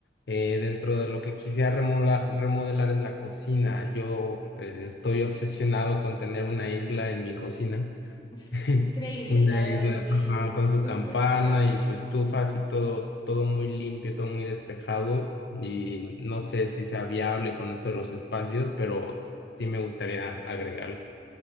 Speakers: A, on the left; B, on the left.
A: eh, dentro de lo que quisiera remola- remodelar es la cocina. Yo eh, estoy obsesionado con tener una isla en mi cocina.
B: Es
A: <laughs>
B: increíble,
A: Una
B: la verdad
A: isla,
B: es que
A: ajá,
B: es
A: con su
B: súper.
A: campana y su estufa, así todo, todo muy limpio, todo muy despejado. Y no sé si sea viable con esto de los espacios, pero sí me gustaría agregarlo.